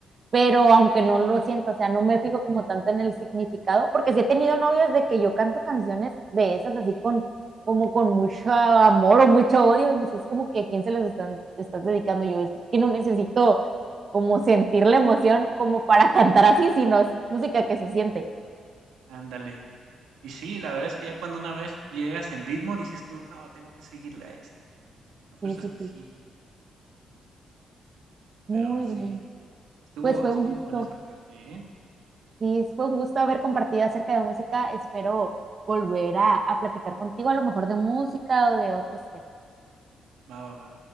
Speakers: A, on the right (about 45°); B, on the right (about 85°).
A: pero aunque no lo siento, o sea, no me fijo como tanto en el significado, porque sí he tenido novias de que yo canto canciones de esas así con, como con mucho amor o mucho odio, y me dices como que a quién se las están, estás dedicando yo, es que no necesito como sentir la emoción como para
B: Ujú.
A: cantar así, sino es música que se siente.
B: Ándale. Y sí, la verdad es que ya cuando una vez llegas en ritmo, dices tú: "No, tengo que seguirle a esto". A fuerzas
A: Sí, sí,
B: que
A: sí,
B: sí,
A: sí. muy
B: pero sí,
A: bien.
B: estuvo
A: Pues fue
B: estuvo
A: un
B: bueno
A: gusto.
B: esa parte, ¿eh?
A: Sí, fue un gusto haber compartido acerca de música. Espero volver a, a platicar contigo, a lo mejor de música o de otros temas.
B: Va, va, va.